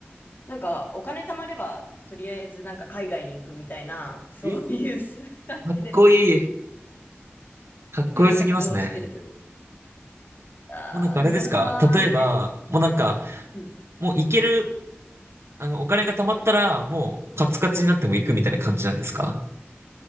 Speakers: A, on the left; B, on the right.
A: なんかお金貯まれば、とりあえずなんか海外に行くみたいな、そういう
B: え、
A: <laughs> 感じで
B: かっこいい。かっこよすぎますね。
A: 生活をしてるというか、
B: もうなんかあれですか例えば、
A: なかなかね、
B: もうなんか、
A: うん。
B: もう行ける、あの、お金が貯まったら、もうカツカツになっても行くみたいな感じなんですか